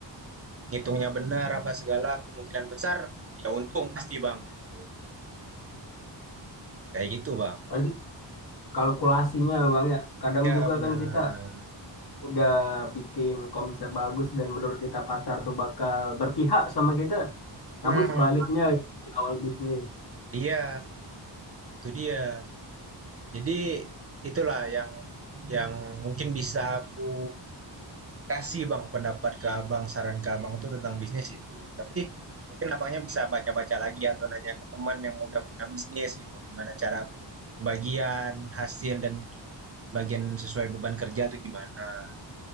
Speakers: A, on the right; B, on the left.
A: ngitungnya benar apa segala kemungkinan besar ya untung pasti bang gitu kayak gitu bang
B: berarti kalkulasinya Bang ya. Kadang
A: ya
B: juga
A: benar
B: kan kita udah bikin konsep bagus dan menurut kita pasar tuh bakal berpihak sama kita.
A: hmm,
B: Namun sebaliknya gitu, di awal bisnis.
A: iya itu dia jadi itulah yang yang mungkin bisa aku kasih bang pendapat ke abang saran ke abang tuh tentang bisnis itu tapi mungkin abangnya bisa baca-baca lagi atau nanya ke teman yang udah punya bisnis gitu gimana cara pembagian hasil dan pembagian sesuai beban kerja tuh gimana